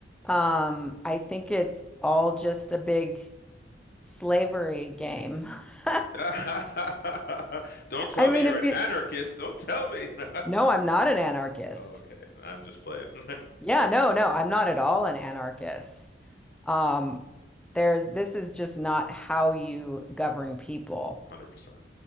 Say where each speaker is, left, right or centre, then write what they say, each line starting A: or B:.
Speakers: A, in the centre; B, on the left.
A: um, I think it's all just a big slavery game. <laughs>
B: <laughs> Don't tell
A: I mean,
B: me you're
A: if
B: an
A: you,
B: anarchist. Don't tell me.
A: <laughs>
B: <laughs>
A: no, I'm not an anarchist.
B: Okay. I'm just playing. <laughs>
A: Yeah, no, no, I'm not at all an anarchist. Um, there's this is just not how you govern people.
B: 100%.